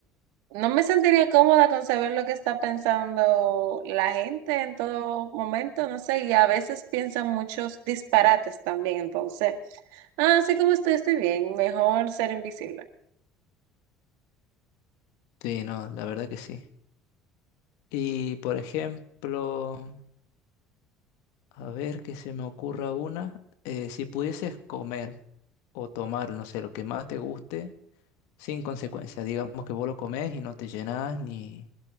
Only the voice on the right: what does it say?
no me sentiría cómoda con saber lo que está pensando la gente en todo momento, no sé, y a veces piensan muchos disparates también, entonces, ah, así como estoy, estoy bien, mejor ser invisible.